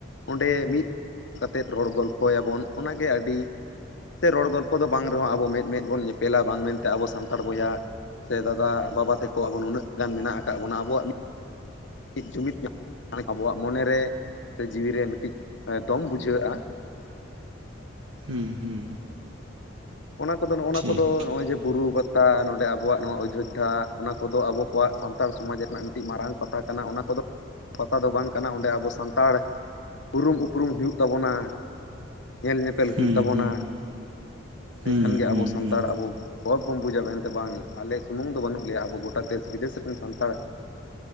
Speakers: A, on the left; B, on the right.
A: ᱚᱸᱰᱮ ᱢᱤᱫ ᱠᱟ ᱛᱮᱫ ᱨᱚᱲ ᱜᱚᱞᱯᱷᱚ ᱭᱟᱵᱚᱱ᱾ ᱚᱱᱟᱜᱮ ᱟᱹᱰᱤ ᱥᱮ ᱨᱚᱲ ᱜᱚᱞᱯᱚ ᱫᱚ ᱵᱟᱝ ᱨᱮᱦᱚᱸ ᱟᱵᱚ ᱢᱮᱫ ᱢᱮᱫ ᱵᱚᱱ ᱧᱮᱯᱮᱞᱟ ᱵᱟᱝ ᱢᱮᱱᱛᱮ ᱟᱵᱚ ᱥᱟᱱᱛᱟᱲ ᱵᱚᱭᱦᱟ ᱥᱮ ᱫᱟᱫᱟ ᱵᱟᱵᱟ ᱛᱮᱠᱚ ᱟᱵᱚ ᱱᱩᱱᱟᱹᱜ ᱜᱟᱱ ᱢᱮᱱᱟᱜ ᱟᱠᱟᱫ ᱵᱚᱱᱟ ᱟᱵᱚᱣᱟᱜ ᱢᱤᱫ ᱴᱤᱡ ᱡᱩᱢᱤᱫ ᱧᱟᱢᱚᱜ ᱟᱵᱚᱣᱟᱜ ᱢᱚᱱᱮ ᱨᱮ ᱥᱮ ᱡᱤᱣᱤᱨᱮ ᱢᱤᱫᱴᱤᱡ ᱫᱚᱢ ᱵᱩᱡᱷᱟᱹᱜᱼᱟ᱾
B: ᱦᱩᱸ ᱦᱩᱸ
A: ᱚᱱᱟ ᱠᱚᱫᱚ ᱱᱚᱜᱼᱱᱟ
B: ᱴᱷᱤᱠ
A: ᱠᱚᱫᱚ ᱱᱚᱜ-ᱚᱭ ᱡᱮ ᱵᱩᱨᱩ ᱯᱟᱛᱟ ᱱᱚᱸᱰᱮ ᱟᱵᱚᱣᱟᱜ ᱱᱚᱣᱟ ᱚᱡᱳᱫᱽᱫᱷᱟ ᱚᱱᱟ ᱠᱚᱫᱚ ᱟᱵᱚ ᱠᱚᱣᱟᱜ ᱥᱟᱱᱛᱟᱲ ᱥᱚᱢᱟᱡᱽ ᱨᱮᱱᱟᱜ ᱢᱤᱫᱴᱤᱡ ᱢᱟᱨᱟᱝ ᱯᱟᱛᱟ ᱠᱟᱱᱟ ᱚᱱᱟ ᱠᱚᱫᱚ ᱯᱟᱛᱟ ᱫᱚ ᱵᱟᱝ ᱠᱟᱱᱟ ᱚᱸᱰᱮ ᱟᱵᱚ ᱥᱟᱱᱛᱟᱲ ᱩᱨᱩᱢ ᱩᱯᱨᱩᱢ ᱦᱩᱭᱩᱜ ᱛᱟᱵᱚᱱᱟ ᱧᱮᱞ ᱧᱮᱯᱮᱞ
B: ᱦᱩᱸ
A: ᱦᱩᱭᱩᱜ ᱛᱟᱵᱚᱱᱟ
B: ᱦᱩᱸ
A: ᱾ ᱤᱱᱟᱹ
B: ᱦᱩᱸ
A: ᱠᱷᱟᱱᱜᱮ
B: ᱦᱩᱸ
A: ᱟᱵᱚ ᱥᱟᱱᱛᱟᱲ
B: ᱦᱩᱸ
A: ᱟᱵᱚ ᱜᱚᱨᱚᱵ ᱵᱚᱱ ᱵᱩᱡᱟ ᱢᱮᱱᱛᱮ ᱵᱟᱝ ᱟᱞᱮ ᱥᱩᱢᱩᱝ ᱫᱚ ᱵᱟᱹᱱᱩᱜ ᱞᱮᱭᱟ ᱟᱵᱚ ᱜᱚᱴᱟ ᱫᱮᱥ ᱵᱤᱫᱮᱥ ᱨᱮᱱ ᱥᱟᱱᱛᱟᱲ